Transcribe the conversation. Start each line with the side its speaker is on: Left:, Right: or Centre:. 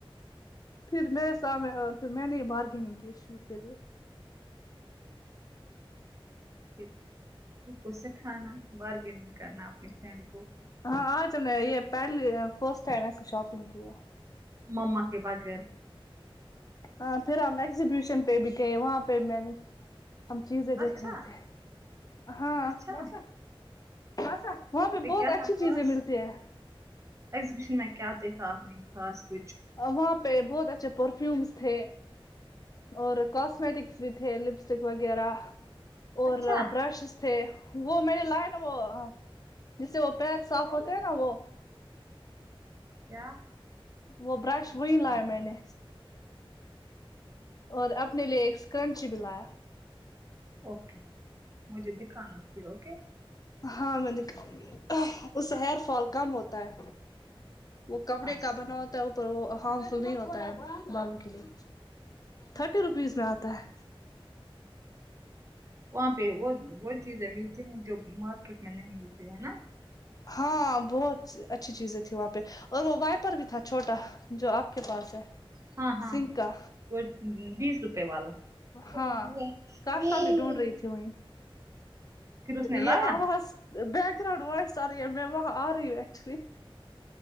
Left: پھر میرے سامنے پھر میں نے ہی بارگیننگ کی شو کے لیے
Right: پھر ان کو سکھانا بارگیننگ کرنا اپنی فرینڈ کو
Left: ہاں آج ہم نے یہ پہل فسٹ ٹائم ایسی شاپنگ کی ہے
Right: مما کے بغیر
Left: ہان پھر ہم ایگزیبیشن پہ بھی گئے وہاں پہ میں نے ہم چیزیں دیکھ
Right: اچھا
Left: رہے تھے ہاں
Right: اچھا
Left: بس ہے بس ہے وہاں پہ بہت
Right: کیا
Left: اچھی
Right: تھا
Left: چیزیں
Right: خاص
Left: ملتی ہے
Right: ایگزیبیشن میں کیا دیکھا آپ نے خاص کچھ
Left: ا وہاں پہ بہت اچھے پرفیومس تھے اور کاسمیٹکس بھی تھے لپسٹک وغیرہ اور
Right: اچھا
Left: برشز تھے وہ میں نے لایا نا وہ جس سے وہ پیر صاف ہوتے ہیں نا وہ <unintelligible>
Right: کیا
Left: وہ برش وہی لایا میں نے اور اپنے لیے ایک اسکرنچ بھی لایا
Right: اوکے مجھے دکھانا پھر اوکے
Left: ہاں میں دکھاؤنگی اس سے ہیئر فال کم ہوتا ہے وہ کپڑے
Right: آسان.
Left: کا بنا ہوتا ہے اوپر وہ ہارم فل نہیں ہوتا ہے بالوں کے لیے تھرٹی روپیز میں آتا ہے
Right: وہاں پہ وہ وہ چیزیں ملتی ہیں جو مارکیٹ میں نہیں ملتی ہے نا
Left: ہاں بہت اچھی چیزیں تھی وہاں پہ اور وہ وائپر بھی تھا چھوٹا جو آپ کے پاس ہے
Right: ہاں ہاں
Left: سنگھ کا
Right: وہ بیس روپے والا
Left: ہاں
Right: <inaudible>
Left: کاشفا بھی ڈھونڈ رہی تھی وہیں
Right: پھر اس نے لایا
Left: یہ آواز باک گرؤنڈ وائس آرہی میں وہاں آرہی ایکچولی